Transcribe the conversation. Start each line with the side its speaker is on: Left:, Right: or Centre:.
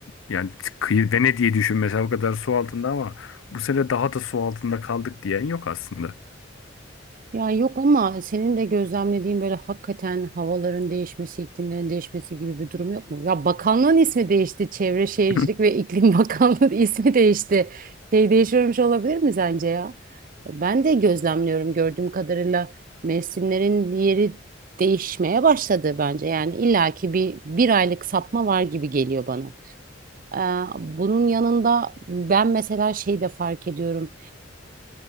Left: yani kıyı Venedik'i diye düşün mesela o kadar su altında ama bu sene daha da su altında kaldık diyen yok aslında.
Right: Ya yok ama senin de gözlemlediğin böyle hakikaten havaların değişmesi, iklimlerin değişmesi gibi bir durum yok mu? Ya bakanlığın ismi değişti. Çevre Şehircilik
Left: <laughs>
Right: ve İklim <laughs> Bakanlığı ismi değişti. Şey değişiyormuş olabilir mi sence ya? Ben de gözlemliyorum gördüğüm kadarıyla mevsimlerin yeri değişmeye başladı bence. Yani illaki bir bir aylık sapma var gibi geliyor bana. Ee, bunun yanında ben mesela şey de fark ediyorum.